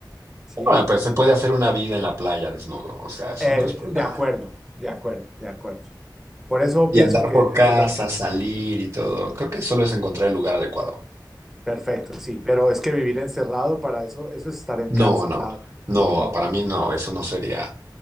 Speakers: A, in the centre; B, on the right (about 45°).
A: sí.
B: Bueno, pero se puede hacer una vida en la playa desnudo. O sea, eso
A: Eh,
B: no es problema.
A: de acuerdo, de acuerdo, de acuerdo. Por eso
B: Y
A: pienso
B: andar
A: que
B: por casa,
A: es la opción.
B: salir y todo. Creo que solo es encontrar el lugar adecuado.
A: Perfecto, sí, pero es que vivir encerrado para eso, eso es estar encarcelado.
B: No, no, no,
A: No,
B: para mí no, eso no sería.